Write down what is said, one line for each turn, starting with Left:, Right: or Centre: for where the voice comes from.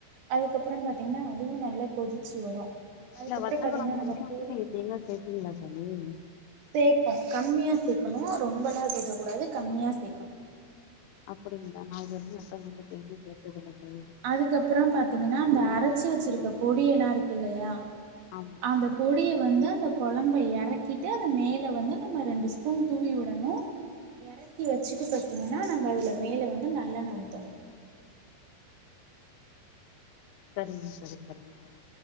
Right: அதுக்கப்புறம் பா்த்தீங்கன்னா அதுவும் நல்லா கொதிச்சு வரும் அதுக்கப்புறம்
Left: இல்ல வத்தக்கழம்பலே
Right: பார்த்திங்கன்னா நம்ம
Left: வந்து
Right: பொடி
Left: நீங்க எங்க சேர்த்தீங்களா ம்ம்
Right: சேப்போம் கம்மியா சேர்க்கணும் ரொம்பலாம் சேர்க்கக்கூடாது கம்மியாக சேர்க்கணும்
Left: அப்படிங்களா நான் இதுவரையும் எப்பயும் கேள்விப்பட்டதில்லை
Right: அதுக்கப்புறம் பாத்தீங்கன்னா அந்த அரை பிரிச்சு வச்சிருக்க பொடி எல்லாம் இருக்கு இல்லையா
Left: ஆமா
Right: அந்த பொடியை வந்து அந்த குழம்ப இறக்கிட்டு அது மேல வந்து நம்ம ரெண்டு ஸ்பூன் தூவி விடணும் இறக்கி வச்சுட்டு பாத்தீங்கன்னா நம்ம அதுல மேல வந்து நல்லெண்ண ஊத்தணும்
Left: சரிங்க சரி சரிங்க சரி